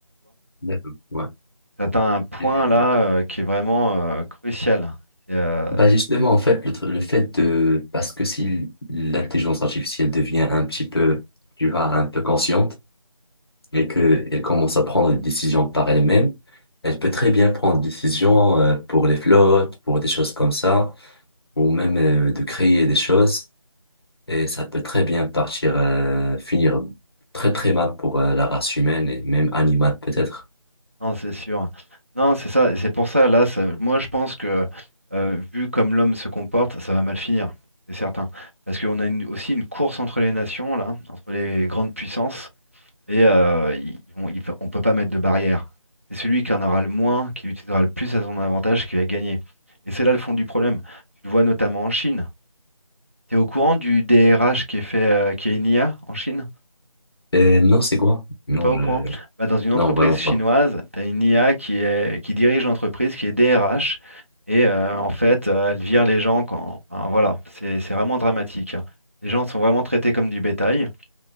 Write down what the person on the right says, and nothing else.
T'atteins un point
là euh, qui est vraiment euh, crucial. C'est, euh,
non, c'est sûr. Non, c'est ça. C'est pour ça, là, ça- moi je pense que euh, vu comme l'homme se comporte, ça va mal finir, c'est certain. Parce qu'on a une- aussi une course entre les nations, là, entre les grandes puissances, et euh, ils vont- ils vont- on ne peut pas mettre de barrière. C'est celui qui en aura le moins, qui l'utilisera le plus à son avantage, qui va gagner. Et c'est là le fond du problème. Tu le vois notamment en Chine. T'es au courant du DRH qui est fait, euh, qui est une IA en Chine?
T'es pas
au courant? Bah, dans une entreprise
chinoise,
tu as une IA qui est, qui dirige l'entreprise, qui est DRH, et euh, en fait, euh, elle vire les gens quand. enfin, voilà, c'est c'est vraiment dramatique. hein. Les gens sont vraiment traités comme du bétail.